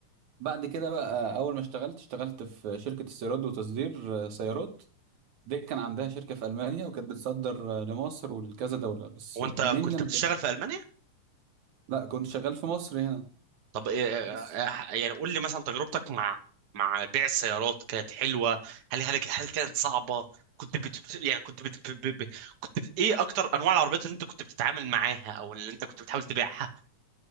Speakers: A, on the right (about 70°); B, on the right (about 50°).
A: بعد كده بقى اول ما اشتغلت اشتغلت في شركه استيراد وتصدير آه، سيارات دي كان عندها شركه في المانيا وكانت بتصدر آه، لمصر ولكذا دوله بس
B: هو انت
A: مين
B: كنت
A: اللي انا
B: بتشتغل
A: كنت
B: في المانيا
A: لا كنت شغال في مصر هنا
B: طب إيه
A: بس
B: آه، يعني قول لي مثلا تجربتك مع مع بيع السيارات كانت حلوه هل هل, هل كانت صعبه كنت بت بت- يعني كنت بت ب- ب- ب- كنت بت- ايه اكتر انواع العربيات اللي انت كنت بتتعامل معاها او اللي انت كنت بتحاول تبيعها